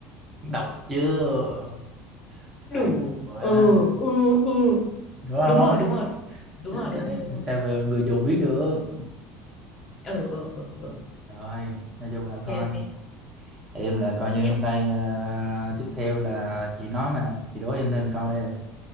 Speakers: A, on the right; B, on the left.
A: đọc chưa hay
B: đủ.
A: quá
B: Ừ, ừ, ừ.
A: đúng không
B: Đúng rồi, đúng rồi, đúng
A: Chính
B: rồi, đúng
A: xác.
B: rồi, đúng rồi.
A: sao mà người dùng biết được
B: Ừ, ừ, ừ, ừ.
A: rồi nói chung là
B: Ok,
A: thôi
B: ok.
A: em là coi như
B: Tiếp.
A: hôm nay à, tiếp theo là chị nói mà chị đố em thêm câu đây